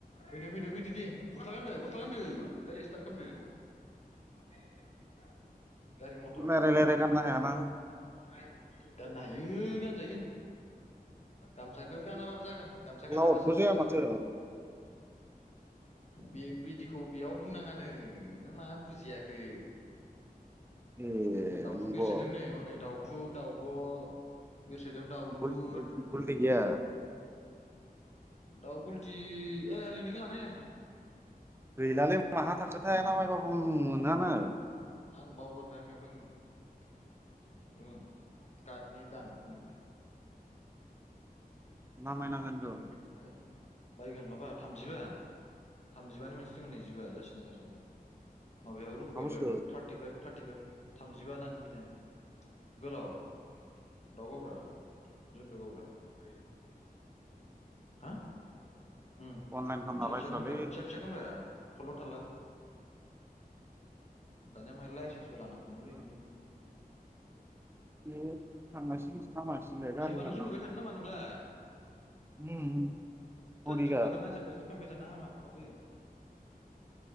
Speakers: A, on the left; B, on the right.
A: फैदो फैदो फैदो दे गस्ला गानदों। गसला गानदो गारिस्टार खालामदो। <unintelligible> गारि मथरखौ
B: रायलाय
A: <unintelligible>
B: रायलाय
A: <unintelligible>
B: गारनो हायाना
A: गाननो हायो गानजायो गामसाखौ गानाबाबो जागोन। गामसा गानालासिनो
B: लाउदबो जाया
A: फैजागोन।
B: माथो
A: बे बिदिखौ बेयाव बुंनाङानो नों मा बुजियाखै।
B: ए
A: उम दाउथु
B: नंगौ
A: बिरसोदों नै हनै दाव थु, दाउब' बिरसोदों दाउलुर
B: गल गलटि गैया।
A: द गुलटि ए नोंनिखौलानो हैले।
B: गैलालै माहा थाखोथायाया ना माय बाबो। उ मोनहानो
A: आं बावगारबाय आंनियाव दंमोन दङ कारटनि दानख'नाय <unintelligible>
B: नामायनांगोन र'
A: बायगोन माबा थामजिबा थामजिबानि मोनसे दं नैजिबा जासिनाय दाखालि माबायाव रुपायावल'
B: मा बुस्थु
A: थार्टिफाइभ थार्टिफाइभ थामजिबा होननानै बिनाय गोलाव दाव गावग्रा गावग्रा जायो हा <unintelligible> उम
B: अनलाइन खालामनो
A: फिसा
B: बायस'आलै
A: -फिसा खामब्रा फिसा -फिसा खामब्रा थल'- थाला दानिया मा लायन्सेस लानांगोनलै बिनो
B: बे थांगासिनो नामागासिनोलाय गारि
A: सैमाजोंसो
B: लांनामोनलाय
A: उन्दुबाय थादों नामा नोंलाय
B: उम
A: थोद
B: बदिगाद
A: सैमाखौनो आजेद बाजेद खालामबाय थानो हामा फाब जायो